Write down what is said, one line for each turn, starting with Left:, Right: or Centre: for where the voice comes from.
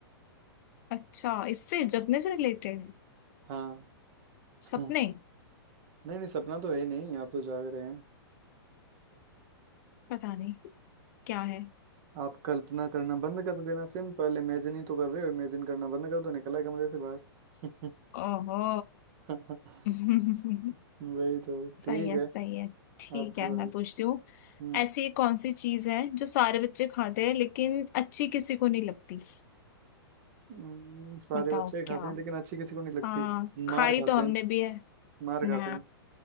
Left: अच्छा इससे जगने से रिलेटेड
Right: हाँ
Left: सपने
Right: हाँ नहीं नहीं सपना तो है ही नहीं आप तो जाग रहे हैं
Left: पता नहीं क्या है
Right: आप कल्पना करना बंद कर देना सिंपल इमेजिन ही तो कर रहे हो इमेजिन करना बंद कर दो निकला कमरे से बाहर
Left: ओहो
Right: <laughs>
Left: <laughs>
Right: वही तो
Left: सही
Right: ठीक
Left: है
Right: है
Left: सही है ठीक
Right: आपकी
Left: है
Right: बारी
Left: मैं पूछती हूँ
Right: हम्म
Left: ऐसी कौन सी चीज है जो सारे बच्चे खाते हैं लेकिन अच्छी किसी को नहीं लगती
Right: हम्म, सारे
Left: बताओ
Right: बच्चे खाते
Left: क्या
Right: हैं लेकिन अच्छी किसी को नहीं लगती
Left: हाँ खाई
Right: मार खाते
Left: तो हमने
Right: हैं
Left: भी है
Right: मार
Left: ना
Right: खाते हैं